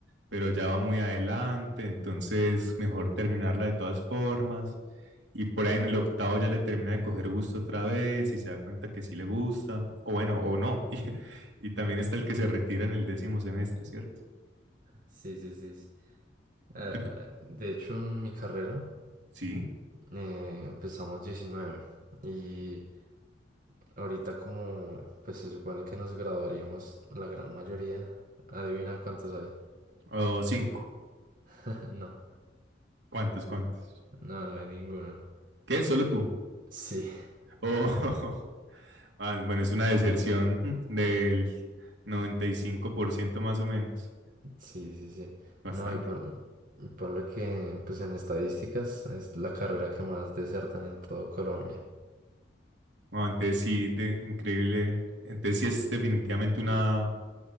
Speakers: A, on the right; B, on the right.
A: pero ya va muy adelante, entonces mejor terminarla de todas formas. Y por ahí en el octavo ya le termina de coger gusto otra vez y se da cuenta que sí le gusta, o bueno, o no. <laughs> Y, y también está el que se retira en el décimo semestre, ¿cierto?
B: Sí, sí, sí. sí. Ah,
A: Bueno,
B: ah, de hecho, en mi carrera
A: sí,
B: eh, empezamos 19 y ahorita como pues se supone que nos graduaríamos la gran mayoría, adivina cuántos hay.
A: o cinco.
B: <laughs> No,
A: ¿Cuántos, cuántos?
B: no, no hay ninguno.
A: ¿Qué? ¿Solo tú?
B: Sí,
A: O <laughs> Ah, bueno, es una deserción <laughs> del 95% más o menos,
B: Sí, sí, sí.
A: bastante.
B: No, y por, y por lo que, pues en estadísticas, es la carrera que más desertan en todo Colombia.
A: No, entonces sí, de, increíble. Entonces sí es definitivamente una,